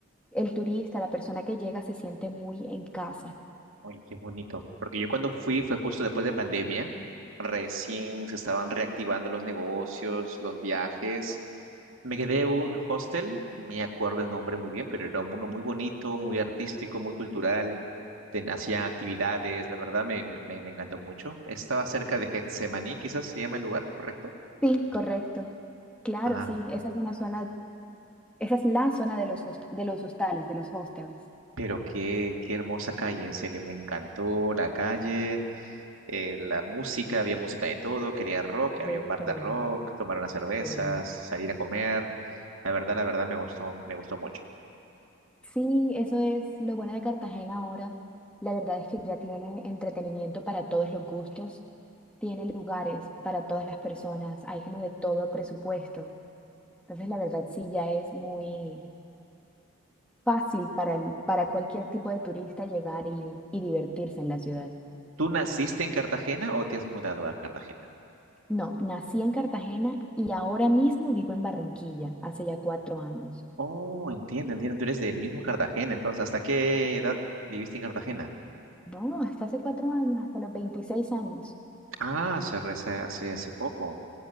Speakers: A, in the centre; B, on the right.
A: El turista, la persona que llega, se siente muy en casa.
B: Oye, qué bonito. Porque yo cuando fui fue justo después de pandemia, recién se estaban reactivando los negocios, los viajes, Me quedé en un hostel, me acuerdo el nombre muy bien, pero era uno muy bonito, muy artístico, muy cultural. ten- hacían actividades, la verdad me, me, me- encantó mucho. Estaba cerca de Getsemaní, quizás se llama el lugar, ¿correcto?
A: Sí, correcto. Claro,
B: Ah,
A: sí, esa es una zona, esa es la zona de los, host- de los hostales, de los hostels.
B: pero qué, qué hermosa calle, en serio, me encantó la calle, eh, la música, había música de todo, quería rock,
A: De
B: había un bar
A: todo.
B: de rock, tomar unas cervezas,
A: Sí.
B: salir a comer. La verdad, la verdad me gustó, me gustó mucho.
A: Sí, eso es lo bueno de Cartagena ahora. La verdad es que ya tiene entretenimiento para todos los gustos, tiene lugares para todas las personas, hay como de todo presupuesto. Entonces, la verdad sí ya es muy fácil para el- para cualquier tipo de turista llegar y, y divertirse en la ciudad.
B: ¿Tú naciste en Cartagena o te has mudado a Cartagena?
A: No, nací en Cartagena y ahora mismo vivo en Barranquilla, hace ya cuatro años.
B: Oh, entiendo, entiendo. Tú eres del mismo Cartagena, entonces, ¿hasta qué edad viviste en Cartagena?
A: No, hasta hace cuatro años, hasta los 26 años.
B: Ah, se re- se- hace, hace poco.